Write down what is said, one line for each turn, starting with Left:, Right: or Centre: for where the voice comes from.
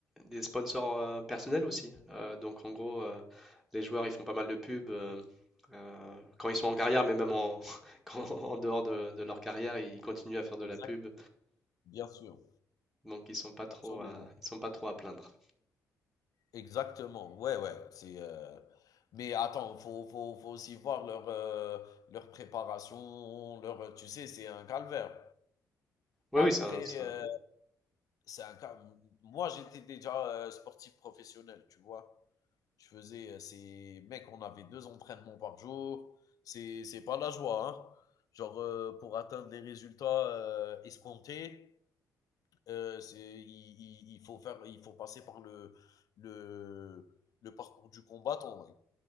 Centre: des sponsors euh, personnels aussi. Euh, donc, en gros, euh, les joueurs, ils font pas mal de pubs. euh, euh, quand ils sont en carrière, mais même en, <laughs> quand- en dehors de, de leur carrière, ils continuent à faire de
Left: exact,
Centre: la pub.
Left: bien sûr,
Centre: Donc ils sont pas trop
Left: absolument.
Centre: à, ils sont pas trop à plaindre.
Left: Exactement, ouais, ouais. C'est, euh, Mais attends, faut, faut, faut aussi voir leur, euh, leur préparation, leur, tu sais, c'est un calvaire.
Centre: Oui,
Left: Après,
Centre: oui, c'est un, c'est un-
Left: euh, c'est un cal- Moi, j'étais déjà euh, sportif professionnel, tu vois. Je faisais, euh, c'est, mec, on avait deux entraînements par jour. C'est, c'est pas la joie, hein. Genre, euh, pour atteindre les résultats euh, escomptés, euh, c'est, il, il- il faut faire, il faut passer par le, le, le parcours du combattant. mec.